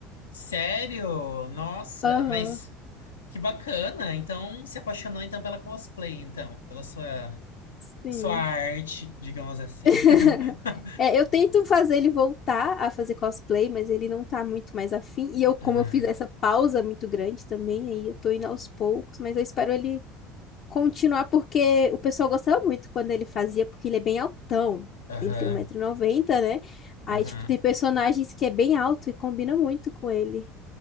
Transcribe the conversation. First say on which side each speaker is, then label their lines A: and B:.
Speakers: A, on the left (about 80°); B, on the left (about 50°).
A: Sério? Nossa,
B: Aham.
A: mas que bacana. Então, se apaixonou então pela cosplay, então, pela sua
B: Sim.
A: sua arte, digamos assim.
B: <laughs>
A: <laughs>
B: É, eu tento fazer ele voltar a fazer cosplay, mas ele não tá muito mais afim. E eu, como
A: Aham,
B: eu fiz essa pausa muito grande também, aí eu tô indo aos poucos, mas eu espero ele continuar, porque o pessoal gostava muito quando ele fazia, porque ele é bem altão.
A: aham,
B: Ele tem um 190 noventa, né? Aí,
A: aham.
B: tipo, tem personagens que é bem alto e combina muito com ele.